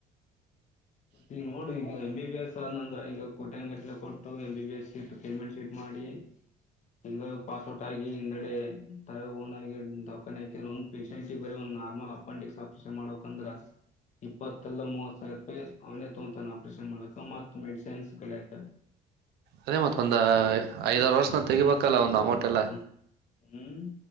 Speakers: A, on the left (about 45°); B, on the right (about 75°).
A: ಮತ್ತೆ ಈಗ ನೋಡ ಈಗ ಮೆಂ ಬೀ ಎಂ ಬಿ ಬಿ ಎಸ್ ಆದ್ ಅಂದ್ರ ಈವಾಗ ಕೋಟ್ಯನ್ ಗಟ್ಲೆ ಕೊಟ್ಟು A B B S seat payment seat ಮಾಡಿ ಹಿಂಗ ಪಾಸ್ಔಟ್ ಆಗಿ ಹಿಂದಗಡೆ ತ ಓನ್ ಆಗಿ ದಖಾನಿ ಹಾಕಿದ ಒಂದ್ ಪೇಷೆಂಟ್ ಬರ ಒಂದ್ ನಾರ್ಮಲ್ ಅಪೆಂಡಿಕ್ಸ್ ಆಪರೇಷನ್ ಮಾಡಕಂದ್ರ ಇಪ್ಪತ್ತಲ್ಲ ಮೂವತ್ ಸಾವಿರ ರೂಪಾಯಿ. ಅವನೇ ತೊೋತಾನ ಆಪರೇಷನ್ ಮಾಡ್ಲಕ ಮತ್ತತ್ ಮೆಡಿಸಿನ್ಸ್ ಕಡ್ಯಾಕ.
B: ಅದೇ ಮತ್ತ ಒಂದ ಐದಾರು ವರ್ಷನ
A: ಲ್ಯಾಬು
B: ತೆಗಿಬೇಕಲ್ಲ ಒಂದು ಅಮೌಂಟ್
A: ಟೆಕ್ನಿಷಿಯನ್
B: ಎಲ್ಲ
A: ಹ್ಮ್